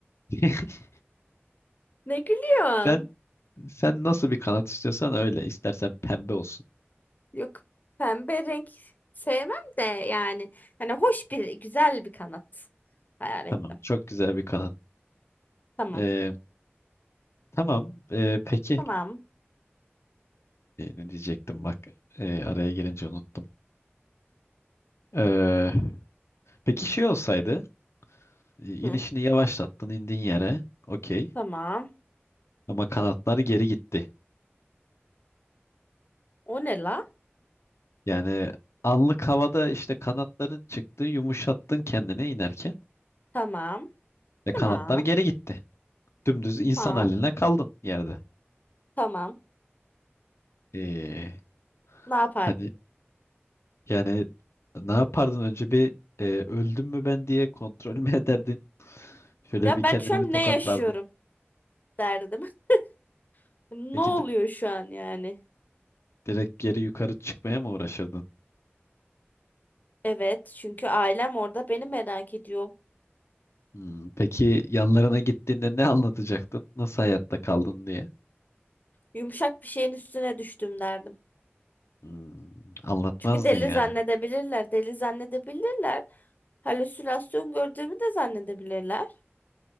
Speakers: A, on the left; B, on the left.
A: <laughs>
B: Ne gülüyorsun?
A: Sen sen nasıl bir kanat istiyorsan öyle. İstersen pembe olsun.
B: Yok pembe renk sevmem de yani hani hoş bir güzel bir kanat hayal ettim.
A: Tamam, çok güzel bir kanat.
B: Tamam.
A: Ee, tamam. ee, peki
B: Tamam.
A: Ee, ne diyecektim bak. Ee, araya girince unuttum. Ee, peki şey olsaydı, i-
B: Hı,
A: inişini yavaşlattın, indin yere, okey.
B: tamam.
A: Ama kanatları geri gitti.
B: O ne la?
A: Yani anlık havada işte kanatların çıktı, yumuşattın kendine inerken
B: Tamam.
A: ve
B: Tamam.
A: kanatlar geri gitti. Dümdüz insan
B: Tamam.
A: haline kaldın yerde.
B: Tamam.
A: Ee,
B: Ne yapardın?
A: hani yani ne yapardın önce bir e, öldüm mü ben diye kontrol <laughs> mü ederdin? Şöyle
B: Ya
A: bir kendini
B: ben şu an
A: bir tokatlardın.
B: ne yaşıyorum derdim. <laughs> Ne
A: Peki
B: oluyor
A: di-
B: şu an yani?
A: direkt geri yukarı çıkmaya mı uğraşırdın?
B: Evet, çünkü ailem orada beni merak ediyor.
A: Hmm, peki yanlarına gittiğinde ne anlatacaktın? Nasıl hayatta kaldın diye?
B: Yumuşak bir şeyin üstüne düştüm derdim.
A: Hmm, anlatmazdın
B: Çünkü deli
A: yani.
B: zannedebilirler, deli zannedebilirler. Halüsinasyon gördüğümü de zannedebilirler.